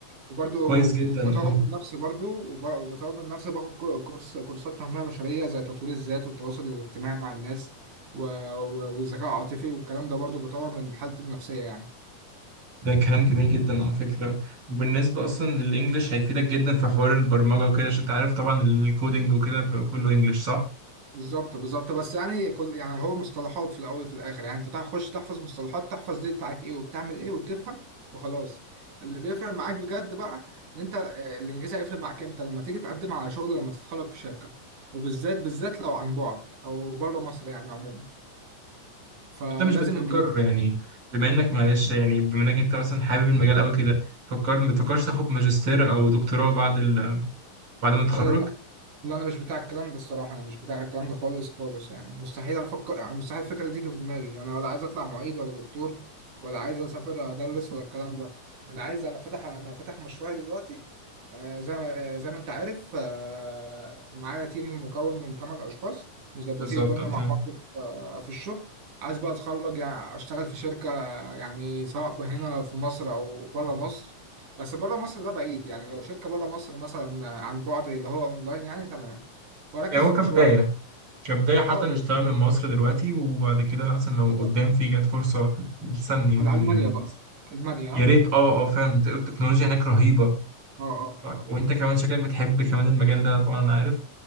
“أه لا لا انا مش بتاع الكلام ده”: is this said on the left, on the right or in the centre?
Right